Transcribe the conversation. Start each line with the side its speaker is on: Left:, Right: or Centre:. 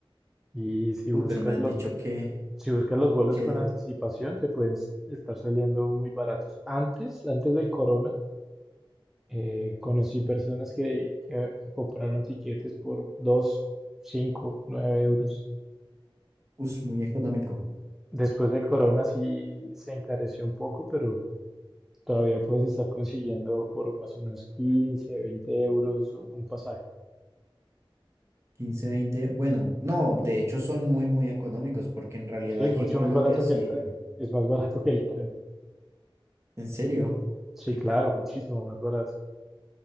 Centre: Y si buscas
Right: Uy, pero me han
Centre: los,
Right: dicho que,
Centre: si buscas los vuelos
Right: que,
Centre: con anticipación, te pueden s- estar saliendo muy baratos. Antes, antes del corona, eh, conocí personas que, que- que compraron tiquetes por dos cinco nueve euros.
Right: es muy económico.
Centre: Después del corona sí se encareció un poco, pero todavía puedes estar consiguiendo por más o menos 15 20 euros un un pasaje.
Right: quince 20 bueno, no, de hecho son muy, muy económicos, porque en realidad
Centre: Sí, es
Right: aquí
Centre: mucho
Right: en Colombia
Centre: más barato
Right: sí,
Centre: que el tren. Es más barato que el tren.
Right: en serio.
Centre: Sí,
Right: Y
Centre: claro,
Right: por-
Centre: muchísimo más barato.